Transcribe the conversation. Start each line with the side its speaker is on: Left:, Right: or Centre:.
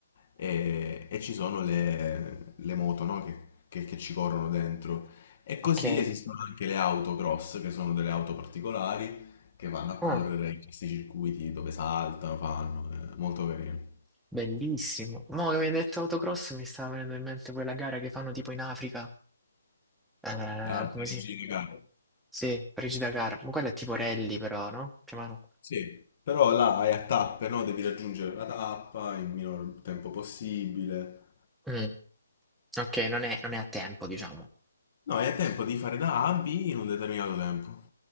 Left: e, e ci sono le, le moto, no? Che, che- che ci corrono dentro. E così
Centre: ok.
Left: esistono anche le autocross, che sono delle auto particolari, che vanno a correre
Centre: Ah,
Left: in questi circuiti dove saltano, fanno, è molto carino.
Centre: bellissimo. Mo' che mi hai detto autocross mi stava venendo in mente quella gara che fanno tipo in Africa. Eh,
Left: Ah,
Centre: come
Left: Parigi,
Centre: si?
Left: raga.
Centre: Sì, Frigida Car. Ma quella è tipo rally però, no? Più o meno.
Left: Sì, però là hai a tappe, no? Devi raggiungere la tappa in minor tempo possibile.
Centre: Mm. Ok, non è, non è a tempo, diciamo.
Left: No, hai a tempo di fare da A a B in un determinato tempo.